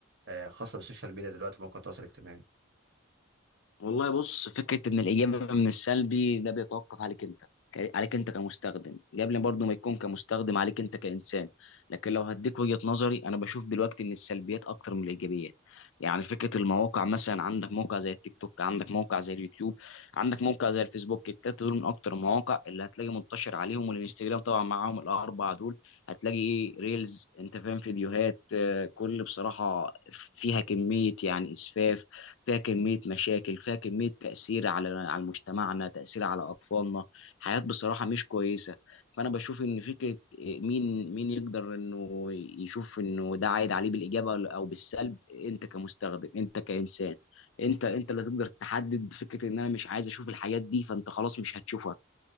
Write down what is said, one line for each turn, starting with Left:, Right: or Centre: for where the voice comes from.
Right: آه، خاصه بالسوشيال ميديا دلوقتي مواقع التواصل الاجتماعي
Left: والله بص فكره ان الاجابه من السلبي ده بيتوقف عليك انت ك- عليك انت كمستخدم قبل برضه ما يكون كمستخدم عليك انت كانسان لكن لو هديك وجهه نظري انا بشوف دلوقتي ان السلبيات اكتر من الايجابيات يعني فكره المواقع مثلا عندك موقع زي التيك توك عندك موقع زي اليوتيوب عندك موقع زي الفيسبوك التلاته دول من اكتر المواقع اللي هتلاقي منتشر عليهم والانستجرام طبعا معاهم الاربعه دول هتلاقي ايه ريلز انت فاهم فيديوهات آه، كل بصراحه فيها كميه يعني اسفاف فيها كمية مشاكل فيها كمية تأثير على على مجتمعنا تأثير على أطفالنا حياة بصراحة مش كويسة فأنا بشوف إن فكرة إيه، مين مين يقدر إنه يشوف إنه ده عايد عليه بالإجابة أو بالسلب أنت كمستخدم أنت كإنسان أنت أنت اللي تقدر تحدد فكرة إن أنا مش عايز أشوف الحاجات دي فأنت خلاص مش هتشوفها